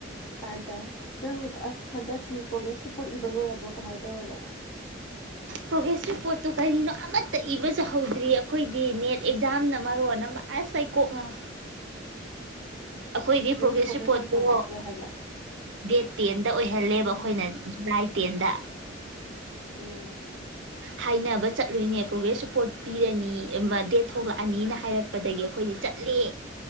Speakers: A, on the left (about 20°); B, on the right (about 75°).
A: ꯇꯥꯏ ꯇꯥꯏ ꯅꯪ ꯑꯁ ꯍꯟꯗꯛꯀꯤ ꯄ꯭ꯔꯣꯒ꯭ꯔꯦꯁ ꯔꯤꯄꯣꯔꯠ ꯏꯕ ꯂꯣꯏꯔꯕ꯭ꯔꯣ ꯀꯃꯥꯏꯅ ꯇꯧꯔꯒꯦ
B: ꯄ꯭ꯔꯣꯒ꯭ꯔꯦꯁꯤꯞ ꯄꯣꯠꯇꯣ ꯀꯔꯤꯅꯣ ꯑꯃꯠꯇ ꯏꯕꯁꯨ ꯍꯧꯗ꯭ꯔꯤ ꯑꯩꯈꯣꯏꯗꯤ ꯅꯦꯠ ꯑꯦꯛꯖꯥꯝꯅ ꯃꯔꯣꯟ ꯑꯃ ꯑꯁ ꯑꯩ ꯀꯣꯛ ꯉꯧ ꯑꯩꯈꯣꯏꯒꯤ ꯄ꯭ꯔꯣꯒ꯭ꯔꯦꯁ
A: ꯔꯤꯄꯣꯔꯠ
B: ꯔꯤꯄꯣꯔꯠꯇꯣ
A: ꯅꯣꯏ ꯀꯔꯝ ꯀꯥꯟ ꯄꯤꯈꯠꯂꯣ ꯍꯥꯏꯒꯦ
B: ꯗꯦꯠ ꯇꯦꯟꯗ ꯑꯣꯏꯍꯜꯂꯦꯕ
A: ꯎꯝ
B: ꯑꯩꯈꯣꯏꯅ ꯖꯨꯂꯥꯏ ꯇꯦꯟꯗ
A: ꯎꯝ
B: ꯍꯥꯏꯅꯕ ꯆꯠꯂꯣꯏꯅꯦ ꯄ꯭ꯔꯣꯒ꯭ꯔꯦꯁ ꯔꯤꯄꯣꯔꯠ ꯄꯤꯔꯅꯤ ꯗꯦꯠ ꯊꯣꯛꯂꯛꯑꯅꯤꯅ ꯍꯥꯏꯔꯛꯄꯗꯒꯤ ꯑꯩꯈꯣꯏꯁ ꯆꯠꯂꯦ